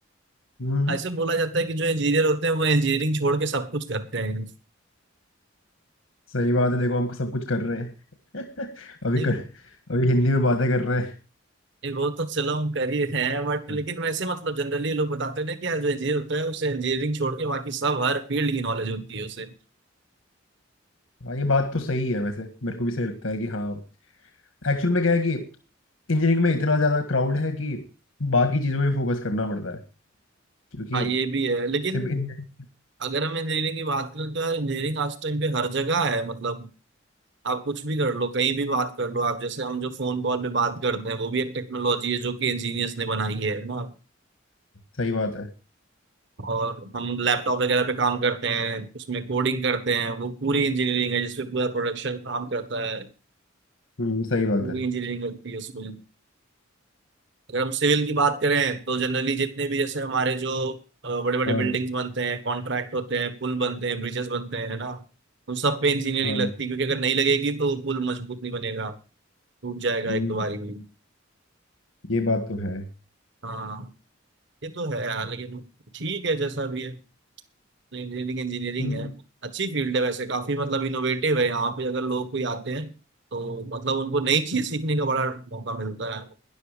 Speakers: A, on the left; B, on the right.
A: हम्म
B: ऐसे बोला जाता है कि जो इंजीनियर होते हैं वो इंजीनियरिंग छोड़ के सब कुछ करते हैं
A: सही बात है देखो हम सब कुछ कर रहे हैं <laughs> अभी
B: नहीं
A: कर अभी हिंदी में बातें कर रहे हैं
B: ये वो तो चलो हम कर ही रहे हैं बट
A: हाँ
B: लेकिन वैसे मतलब जनरली लोग बताते हैं ना कि यार जो इंजीनियर होता है उसे इंजीनियरिंग छोड़ के बाकी सब हर फील्ड की नॉलेज होती है उसे
A: हाँ, ये बात तो सही है वैसे मेरे को भी सही लगता है कि हाँ एक्चुअल में क्या है कि इंजीनियरिंग में इतना ज़्यादा क्राउड है कि बाकी चीज़ों में भी फोकस करना पड़ता है क्योंकि
B: हाँ ये भी है लेकिन
A: सिर्फ इंजीनियरिंग
B: अगर हम इंजीनियरिंग की बात करें तो यार इंजीनियरिंग आज टाइम पे हर जगह है मतलब आप कुछ भी कर लो कहीं भी बात कर लो आप जैसे हम जो फोन कॉल पे बात करते हैं वो भी एक टेक्नोलॉजी है जो कि इंजीनियर्स ने बनाई है ना
A: सही बात है <laughs>
B: और हम लैपटॉप वगैरह पे काम करते हैं उसमें कोडिंग करते हैं वो पूरी इंजीनियरिंग है जिसमें पूरा प्रोडक्शन काम करता है
A: हम्म, सही बात
B: पूरी
A: है
B: इंजीनियरिंग लगती है उसमें अगर हम सिविल की बात करें तो जनरली जितने भी जैसे हमारे जो बड़े बड़े
A: हाँ
B: बिल्डिंग्स बनते हैं कॉन्ट्रैक्ट होते हैं पुल बनते हैं ब्रिजेस बनते हैं है ना उन सब पे इंजीनियरिंग
A: हाँ
B: लगती है क्योंकि अगर नहीं लगेगी तो पुल मजबूत नहीं बनेगा टूट जाएगा
A: हम्म,
B: एक दो बारी में
A: ये बात तो है
B: हाँ ये तो है यार लेकिन ठीक है जैसा भी है इंजीनियरिंग इंजीनियरिंग
A: हम्म,
B: है अच्छी फील्ड है वैसे काफी मतलब इनोवेटिव है यहाँ पे अगर लोग कोई आते हैं तो मतलब उनको नई चीज सीखने का बड़ा मौका मिलता है